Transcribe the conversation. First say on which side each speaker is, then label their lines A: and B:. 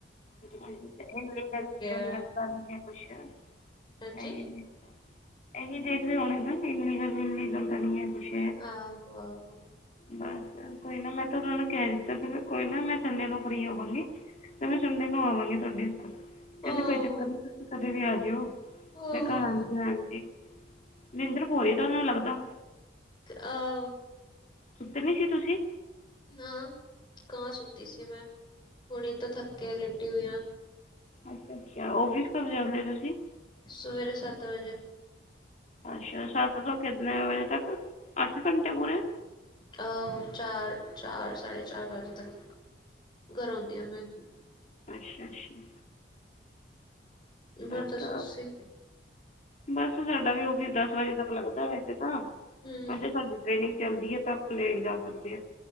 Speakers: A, on the left (about 40°); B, on the left (about 25°).
A: ਇ ਗ
B: ਹੈ
A: ਗੱਲਨੀਆਂ ਖੁਸ਼ <unintelligible>
B: ਹਾਂਜੀ
A: ਇਹੀ ਦੇਖਦੇ ਹੋਣੇ ਨਾ ਕਿ ਇੰਨੀ ਲਮੀ ਗੱਲ ਕਰਨੀ ਹੈ ਖੁਸ਼
B: ਆਹੋ-ਆਹੋ
A: ਬਸ ਕੋਈ ਨਾ ਮੈਂ ਤਾਂ ਉਹਨਾਂ ਨੂੰ ਕਹਿ ਰਹਿ ਸੀਗਾ ਕੋਈ ਨਾ ਮੈਂ ਸੰਡੇ ਨੂੰ ਫ੍ਰੀ ਹੋਵਾਂਗੀ। ਤੇ ਮੈਂ ਵੀ ਸੰਡੇ ਨੂੰ ਆਵਾਂਗੀ ਤੁਹਾਡੇ ਓਥੇ। ਕਹਿੰਦੇ
B: ਆਹੋ
A: ਕੋਈ ਦਿਕਤ ਨੀ ਤੁਸੀਂ ਕਦੇ ਵੀ ਆਜਿਓ
B: ਆਹੋ
A: ਮੈਂ ਘਰ ਆ ਹਾਂਜੀ, ਮਹਿੰਦਰ ਪੋਰੀ ਤੁਹਾਨੂੰ ਲੱਗਦਾ।
B: ਆਹ
A: ਸੁਤੇ ਨੀ ਸੀ ਤੁਸੀਂ?
B: ਨਾ ਕਾਂ ਸੁੱਤੀ ਸੀ ਮੈਂ ਹੁਣੀ ਤਾਂ ਥੱਕੇ ਲੇਟੀ ਹੋਈਆ।
A: ਅੱਛਾ-ਅੱਛਾ, ਆਫ਼ਿਸ ਕਦੋਂ ਜਾਂਦੇ ਹੋ ਤੁਸੀਂ?
B: ਸਵੇਰੇ ਸੱਤ ਵਜੇ।
A: ਅੱਛਾ, ਸੱਤ ਤੋਂ ਕਿਨੇ ਵਜੇ ਤੱਕ, ਅੱਠ ਘੰਟੇ ਪੂਰੇ?
B: ਆਹੋ, ਚਾਰ-ਚਾਰ ਸਾਢੇ ਚਾਰ ਵਜੇ ਤੱਕ ਘਰ ਆਉਂਦੀ ਆ ਮੈਂ।
A: ਅੱਛਾ-ਅੱਛਾ।
B: ਹੋਰ
A: ਸੱਤ
B: ਦੱਸੋ ਤੁਸੀਂ?
A: ਬਸ ਸਾਡਾ ਵੀ ਆਫਿਸ ਦਸ ਵਜੇ ਤੱਕ ਲੱਗਦਾ ਵੈਸੇ ਤਾਂ,
B: ਹਮ
A: ਵੈਸੇ ਸਾਡੀ ਟ੍ਰੇਨਿੰਗ ਚੱਲਦੀ ਹੈ ਤਾਂ ਆਪਾਂ ਲੇਟ ਜਾ ਸਕਦੇ ਹਾਂ,